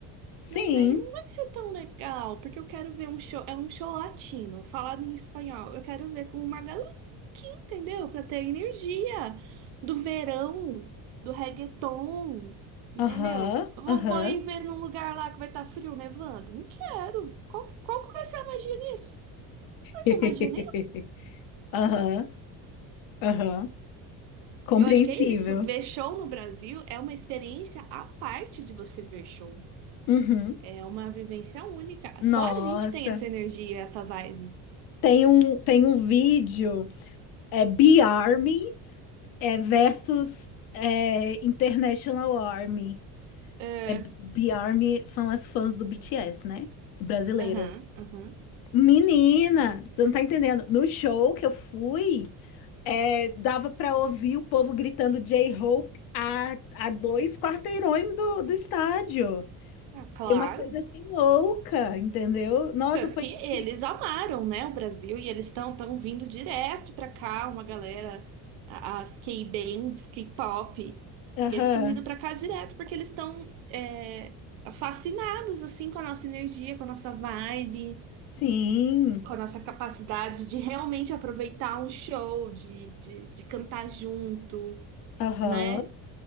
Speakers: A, on the left; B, on the right.
A: Sim.
B: Mas aí não vai ser tão legal, porque eu quero ver um show, é um show latino, falado em espanhol. Eu quero ver com uma galera que entendeu, para ter energia do verão, do reggaeton, entendeu?
A: Aham.
B: Eu vou,
A: Aham.
B: vou ir ver num lugar lá que vai estar frio, nevando. Não quero. Qual, qual que vai ser a magia nisso? Não vai
A: <laughs>
B: ter magia
A: Aham. Aham. Compreensível.
B: Eu acho que é isso. Ver show no Brasil é uma experiência à parte de você ver show.
A: Uhum.
B: É uma vivência única.
A: Nossa.
B: Só a gente tem essa energia, essa vibe.
A: Tem um, tem um vídeo, é Be Army. É versus é, International Army.
B: É,
A: É, B-Army são as fãs do BTS, né? Brasileiras.
B: Aham, aham.
A: Menina, você não tá entendendo. No show que eu fui, é, dava pra ouvir o povo gritando J-Hope a, a dois quarteirões do, do estádio.
B: Ah, claro.
A: E uma coisa assim louca, entendeu? Nossa,
B: Tanto
A: foi
B: que eles
A: incrível.
B: amaram, né, o Brasil e eles estão tão tão vindo direto pra cá, uma galera, a- as K-bands, K-pop,
A: Aham.
B: eles estão vindo pra cá direto porque eles estão é, fascinados assim com a nossa energia, com a nossa vibe.
A: Sim.
B: com a nossa capacidade de realmente aproveitar um show, de, de, de cantar junto,
A: Aham.
B: né?